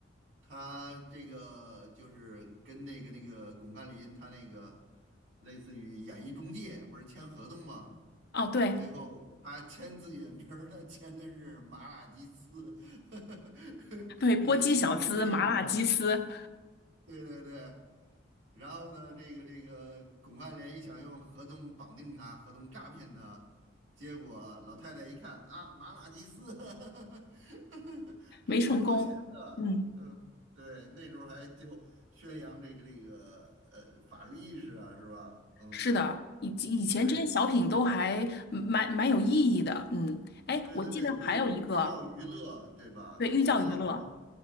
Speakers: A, on the right; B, on the left.
A: 他这个就是跟那个那个巩汉林他那个类似于演艺中介，不是签合同吗？
B: 哦，对
A: 最后他签自己的名儿，他签的是马拉基斯，<laughs>
B: 对，波鸡小丝、
A: 给他起的那个艺名。
B: 麻辣鸡丝
A: 对对对。然后呢，这个这个巩汉林想用合同绑定他，合同诈骗他，结果老太太一看啊，马拉基斯，<laughs>
B: 没成功，
A: 这不是我签的，
B: 嗯，
A: 嗯，对，那时候还就宣扬这个这个呃法律意识啊，是吧？嗯，
B: 是的。以及以前这些小品都还嗯蛮蛮有意义的，
A: 对
B: 嗯，哎，
A: 对对对，
B: 我记得还有一个，
A: 可以寓教于乐，对吧？
B: 对，寓教于乐，
A: 学到不少